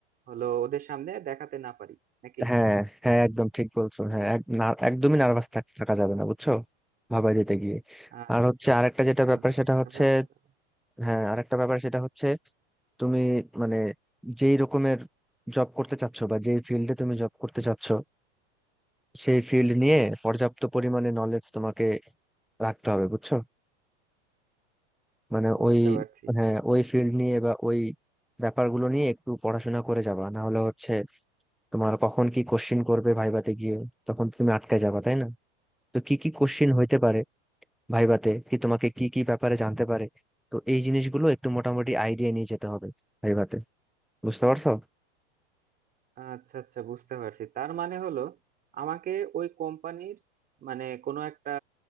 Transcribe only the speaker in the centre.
হ্যাঁ হ্যাঁ একদম ঠিক বলছো হ্যাঁ এক- না- একদমই নার্ভাস থাকা যাবে না বুঝছো ভাবাই দিতে গিয়ে
আর হচ্ছে আরেকটা যেটা ব্যাপার
সেটা
হচ্ছে
হ্যাঁ আরেকটা ব্যাপার সেটা হচ্ছে তুমি মানে যেই রকমের জব করতে চাচ্ছ বা যেই ফিল্ডে তুমি জব করতে চাচ্ছ সেই ফিল্ড নিয়ে পর্যাপ্ত পরিমাণে নলেজ তোমাকে রাখতে হবে বুঝছো মানে
ওই
হ্যাঁ ওই ফিল্ড নিয়ে বা ওই ব্যাপারগুলো নিয়ে একটু পড়াশোনা করে যাবা না হলে হচ্ছে তোমার কখন কি কোশ্চিন করবে ভাইভাতে গিয়ে তখন তো তুমি আটকে যাবা তাই না তো কি কি কোশ্চিন হইতে পারে ভাইভাতে কি তোমাকে কি কি ব্যাপারে জানতে পারে তো এই জিনিসগুলো একটু মোটামুটি আইডিয়া নিয়ে যেতে হবে ভাইভাতে বুঝতে পারছো